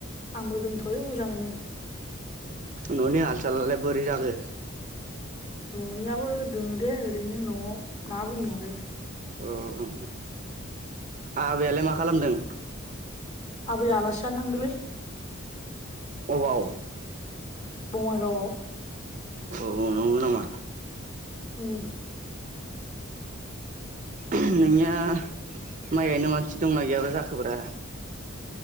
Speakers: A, on the left; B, on the right.
A: आंबो दंथ'यो मोजाङैनो।
B: न'नि हाल सालालाय बोरै जागो?
A: न'नियाबो दोङो दे ओरैनो न'आव मा बुंदों आरो।
B: औ आबैयालाय मा खालामदों?
A: आबैया आलासि जानो थांदोलै।
B: अबाव?
A: बङाइगावआव
B: औ नंगौ नामा?
A: उम।
B: नोंनिया माइ गायनो मानसि दंना गैयाबा जाखोब्रा?